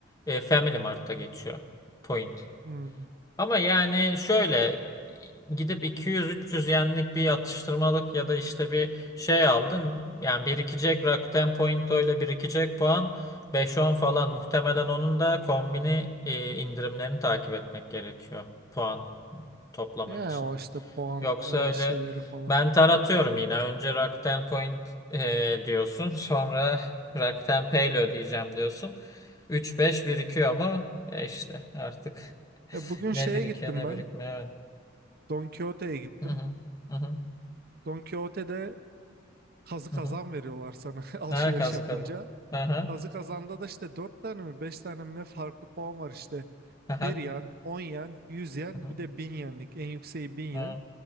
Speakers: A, on the left (about 20°); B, on the right (about 50°).
A: E, Family Mart'ta geçiyor. Point.
B: Hmm.
A: Ama yani şöyle gidip 200-300 yenlik bir atıştırmalık ya da işte bir şey aldın. Yani birikecek Rakuten Point öyle birikecek puan beş on falan. Muhtemelen onun da kombini e, indirimlerini takip etmek gerekiyor puan toplamak
B: Ya
A: için.
B: o işte puan
A: Yoksa öyle
B: e, şeyleri falan.
A: ben taratıyorum yine. Önce Rakuten Point e, diyorsun. Sonra <laughs> Rakuten Pay'le ödeyeceğim diyorsun. üç beş birikiyor mu? E işte artık <laughs>
B: E, bugün
A: ne
B: şeye
A: birikiyor
B: gittim
A: ne
B: ben.
A: birikmiyor. Evet.
B: Don Quixote'ye gittim.
A: Hı hı. Hı hı.
B: Don Quixote'de kazı kazan
A: Hı hı.
B: veriyorlar sana <laughs> alışveriş
A: Ha kazı
B: yapınca.
A: kazı. Aha.
B: Kazı kazanda da işte 4 tane mi 5 tane mi ne farklı puan var işte.
A: Aha.
B: bir yen, 10 yen, yüz yen
A: Hı hı.
B: bir de 1000 yenlik. En yükseği 1000 yen.
A: Ha.